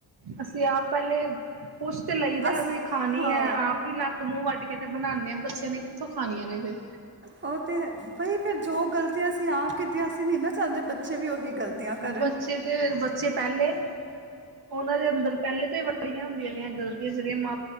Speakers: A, on the right; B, on the right.
A: ਅਸੀਂ ਆਪ ਪਹਿਲੇ ਪੁਛ ਤੇ ਲਈਦਾ
B: ਅਸ
A: ਵੀ ਖਾਣੀ
B: ਹਾਂ
A: ਹੈ ਆਪ ਹੀ ਨੱਕ ਮੂੰਹ ਵੱਟ ਕੇ ਬਨਾਦੇ ਆ ਬੱਚਿਆਂ ਨੇ ਕਿੱਥੋਂ ਖਣੀਆਂ ਨੇ ਫਿਰ
B: ਉਹ ਤੇ ਬਈ ਫਰ ਜੋ ਗ਼ਲਤੀਆਂ ਅਸੀਂ ਆਪ ਕੀਤੀਆਂ ਅਸੀਂ ਨ ਨਾ ਚਾਹੁੰਦੇ ਬੱਚੇ ਵੀ ਉਹੀ ਗਲਤੀਆਂ ਕਰਨ
A: ਬੱਚੇ ਤੇ ਬੱਚੇ ਪਹਿਲੇ ਉਹਨਾਂ ਦੇ ਅੰਦਰ ਪਹਿਲੇ ਤੋਂ ਬੜੀਆਂ ਹੁੰਦੀਆਂ ਨੇਆਂ ਗਲਤੀਆਂ ਜਿਹੜੀਆਂ ਮਾ